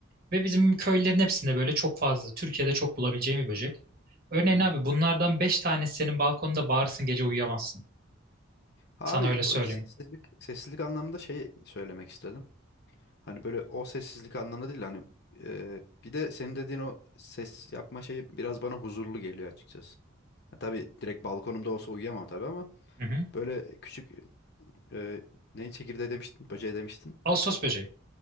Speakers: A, on the right; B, on the left.
A: Ve bizim köylerin hepsinde böyle çok fazla, Türkiye'de çok bulabileceğim bir böcek. Örneğin
B: Hı hı.
A: abi bunlardan 5 tanesi senin balkonda bağırsın gece uyuyamazsın.
B: Abi
A: Sana öyle söyleyeyim.
B: o sessizlik sessizlik anlamında şey söylemek istedim. Hani böyle o sessizlik anlamında değil hani e, bir de senin dediğin o ses yapma şeyi biraz bana huzurlu geliyor açıkçası. Ha, tabii direkt balkonumda olsa uyuyamam tabii ama
A: Hı hı.
B: böyle küçük e, neyi çekirdeği demiştin, böceği demiştin.
A: Ağustos böceği.